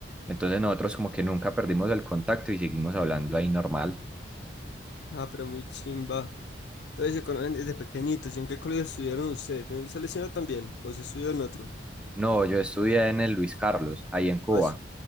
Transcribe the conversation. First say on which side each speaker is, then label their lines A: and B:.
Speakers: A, in the centre; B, on the left.
A: Entonces nosotros como que nunca perdimos el contacto y seguimos hablando ahí normal.
B: Ah, pero muy chimba. Entonces se conocen desde pequeñitos. ¿Y en qué colegio estudiaron ustedes? ¿En el Salesiano también? ¿O se estudió en otro?
A: No, yo estudié en el Luis Carlos, ahí en Cuba,
B: Ah, sí.